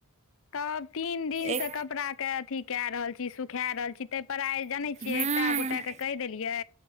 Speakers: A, on the left (about 65°); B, on the right (about 30°).
A: तब तीन दिन
B: एक
A: सँ कपड़ाके अथी कए रहल छी सुखा रहल छी तैय पर आय जनै छियै
B: बैसारी
A: टा गोटा
B: हँ
A: के कैह देलियै